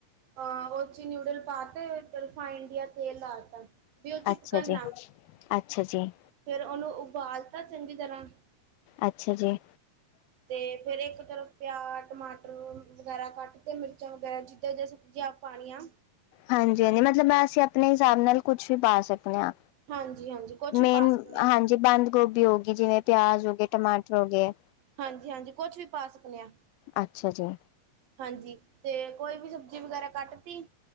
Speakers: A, on the right (about 75°); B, on the left (about 90°).
A: ਹਾਂ ਉਹ ਨਿੂਡਲ ਪਾ ਤੇ ਰਿਫਾਈੰਡ ਤੇਲ ਲਾ ਤਾ ਵੀ ਉਹ ਚਿਪਕਨਾ
B: ਅੱਛਾ ਜੀ। ਅੱਛਾ ਜੀ।
A: ਫਿਰ ਉਹਨੂੰ ਉਬਾਲਤਾ ਚੰਗੀ ਤਰ੍ਹਾਂ।
B: ਅੱਛਾ ਜੀ।
A: ਤੇ ਫਿਰ ਇੱਕ ਤਰਫ ਪਿਆਜ਼ ਟਮਾਟਰ ਵਗੈਰਾ ਕੱਟ। ਤੇ ਮਿਰਚਾਂ ਵਗੈਰਾ ਜਿੱਦਾਂ ਸਬਜ਼ੀਆਂ ਪਾਣੀਆਂ।
B: ਹਾਂਜੀ ਹਾਂਜੀ ਮਤਲਬ ਮੈਂ ਅਸੀਂ ਆਪਣੇ ਹਿਸਾਬ ਨਾਲ ਕੁਛ ਵੀ ਪਾ ਸਕਦੇ ਹਾਂ।
A: ਹਾਂਜੀ ਹਾਂਜੀ ਕੁਛ
B: ਮੇਨ
A: ਵੀ ਪਾ ਸਕਨੇ ਆ
B: ਹਾਂਜੀ ਬੰਦ ਗੋਭੀ ਹੋ ਗਈ ਜਿਵੇਂ ਪਿਆਜ ਹੋ ਗਏ ਟਮਾਟਰ ਹੋ ਗਏ।
A: ਹਾਂਜੀ ਹਾਂਜੀ ਕੁਛ ਵੀ ਪਾ ਸਕਦੇ ਹਾਂ।
B: ਅੱਛਾ ਜੀ।
A: ਹਾਂਜੀ, ਤੇ ਕੋਈ ਵੀ ਸਬਜ਼ੀ ਵਗੈਰਾ ਕੱਟ ਤੀ।